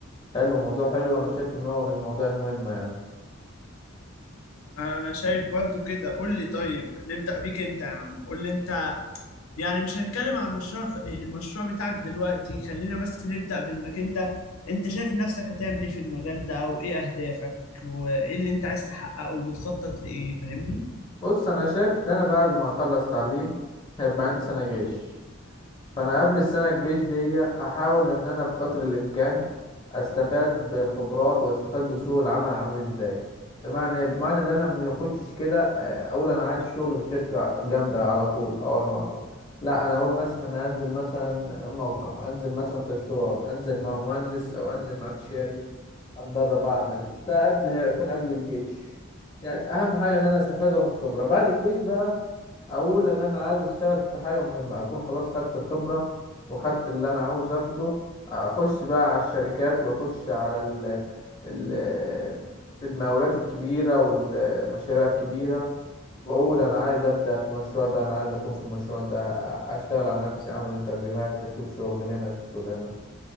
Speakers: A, on the left; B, on the left.
A: حلو موضوع حلو أنا شايف إن هو من المواضيع المهمة يعني
B: انا شايف برضو كده قول لي طيب نبدأ بيك انت يا عم قول لي انت يعني مش هنتكلم عن المشروع المشروع بتاعك دلوقتي خلينا بس نبدأ بانك انت انت شايف نفسك هتعمل ايه في المجال ده او ايه اهدافك وايه اللي انت عايز تحققه وبتخطط لايه فاهمني
A: بص أنا شايف إن أنا بعد ما أخلص تعليم هيبقى عندي سنة جيش فانا قبل السنه الجيش دي احاول ان انا بقدر الامكان استفاد بخبرات واستفاد بسوق العمل عامل ازاي بمعنى إيه؟ بمعنى ان انا ما اخشش كده آه، اقول انا عايز شغل في شركه جامده على طول اول مره لا انا اقول مثلا أنا انزل مثلا موقع انزل مثلا تشطيبات انزل مع مهندس او انزل مع استشاري اتدرب اعمل ده قبل هيكون قبل الجيش يعني اهم حاجه ان انا استفاد واخد خبره بعد الجيش بقى اقول ان انا عايز اشتغل في حاجه مهمه اكون خلاص خدت الخبره وخدت اللي انا عاوز اخده اخش بقى على الشركات واخش على ال ال المقاولات الكبيره والمشاريع الكبيره واقول انا عايز ابدا في المشروع ده انا عايز اكون في المشروع ده اشتغل على نفسي اعمل انترفيوهات اشوف شغل هنا اشوف شغل هنا